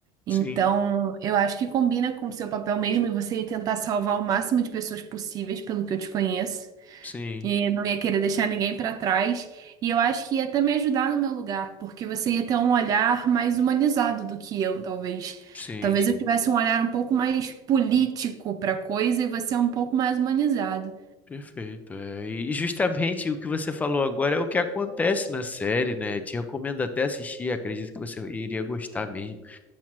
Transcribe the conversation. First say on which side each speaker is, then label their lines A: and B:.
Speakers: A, on the right (about 40°); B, on the left (about 15°).
A: Então,
B: Sim,
A: eu acho que combina com o seu papel mesmo e você ia tentar salvar o máximo de pessoas possíveis, pelo que eu te conheço.
B: sim,
A: E não ia querer deixar ninguém pra trás. E eu acho que ia até me ajudar no meu lugar, porque você ia ter um olhar mais humanizado do que eu, talvez.
B: sim,
A: Talvez
B: sim.
A: eu tivesse um olhar um pouco mais político pra coisa e você um pouco mais humanizado.
B: Perfeito. é. E justamente o que você falou agora é o que acontece na série, né? Te recomendo até assistir, acredito que você iria gostar mesmo.